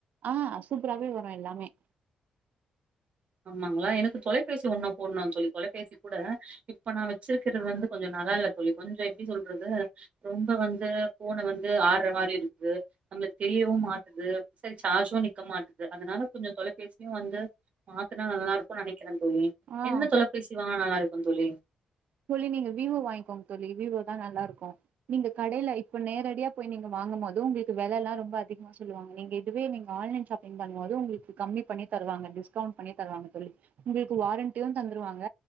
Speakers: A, on the right; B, on the right.
A: ஆ சூப்பராவே வரு எல்லாமே
B: ஆமாங்களா எனக்கு தொலைபேசி ஒண்ணு போடணும்னு சொல்லி தொலைபேசி கூட இப்ப நா வச்சுருக்கிறது வந்து கொஞ்ச நல்லா இல்ல தோழி கொஞ்ச எப்டி சொல்றது ரொம்ப வந்து போன வந்து இது ஆடுற மாரி இருக்கு இது நம்மளுக் தெரியவு மாட்டுது சரி சார்ஜும் நிக்க மாட்டது அதனால கொஞ்ச தொலைபேசியு வந்து மாத்துனா நல்லா இருக்கு நெனைக்கிறே தோழி
A: ஆ
B: என்ன தொலைபேசி வாங்கலா நல்லா இருக்கு தோழி
A: தோழி நீங்க விவோ வாங்கிக்கோங்க தோழி விவோ தா நல்லா இருக்கு நீங்க கடையில இப்ப நேரடியா போய் நீங்க வாங்கு போது உங்களுக்கு வில எல்லா ரொம்ப அதிகமா சொல்லுவாங்க நீங்க இதுவே நீங்க ஆன்லைன் ஷாப்பிங் பண்ண போது உங்களுக்கு கம்மி பண்ணி தருவாங்க டிஸ்கவுண்ட் பண்ணி தருவாங்க தோழி உங்களுக்கு வாரண்டியு தந்துருவாங்க